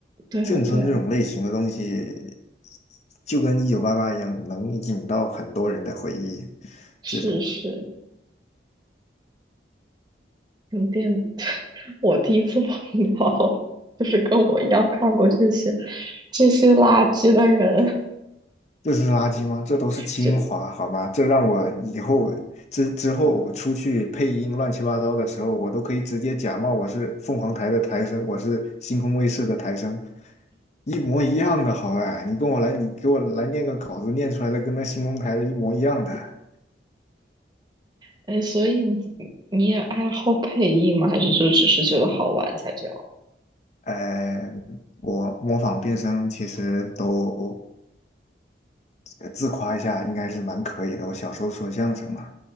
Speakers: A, on the right (about 25°); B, on the left (about 40°).
A: 对啊，
B: 眷村这种类型的东西，
A: 对啊，
B: 就跟一九八八一样，能引到很多人的回忆。
A: 是是。
B: 这种。
A: 有点，<laughs> 我第一次碰到，就是跟我一样看过这些这些垃圾的人。
B: 这是垃圾吗？这都是精华，
A: 就
B: 好吗？这让我以后之之后出去配音乱七八糟的时候，我都可以直接假冒我是凤凰台的台声，我是星空卫视的台声，一模一样的，好吧？你跟我来，你给我来念个稿子，念出来的跟那星空台的一模一样的。
A: 哎，所以你你也爱好配音吗？还是就只是觉得好玩才这样？
B: 呃，我模仿变声其实都呃自夸一下，应该是蛮可以的。我小时候说相声嘛，